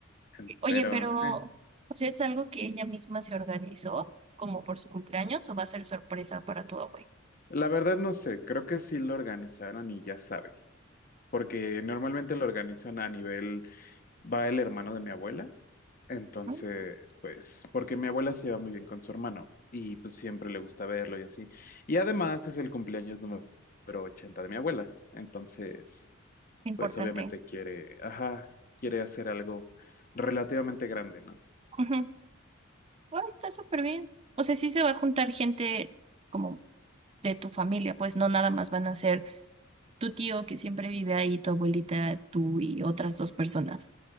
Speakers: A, on the left (about 40°); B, on the right (about 30°).
A: en-
B: Oye,
A: pero
B: pero
A: eh,
B: pues, ¿es algo que ella misma se organizó como por su cumpleaños o va a ser sorpresa para tu abuela?
A: la verdad no sé, creo que sí lo organizaron y ya sabe, porque normalmente lo organizan a nivel, va el hermano de mi abuela, entonces,
B: Ah,
A: pues, porque mi abuela se lleva muy bien con su hermano y pues siempre le gusta verlo y así. Y además es el cumpleaños número 80 de mi abuela, entonces...
B: Importante.
A: pues obviamente quiere, ajá, quiere hacer algo relativamente grande, ¿no?
B: Ujú. Ah, está súper bien. O sea, sí se va a juntar gente como de tu familia, pues no nada más van a ser tu tío que siempre vive ahí, tu abuelita, tú y otras dos personas.